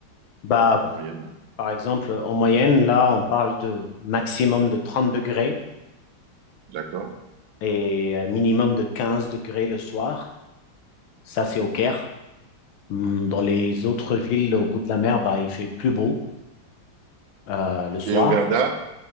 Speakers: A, on the left; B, on the right.
A: Bah,
B: en moyenne? Hein.
A: Par exemple, en moyenne, là, on parle de maximum de 30 degrés
B: D'accord.
A: et euh, minimum de 15 degrés le soir. Ça, c'est au Caire. Hum, Dans les autres villes au bout de la mer, bah, il fait plus beau euh, le soir.
B: Et au Garda?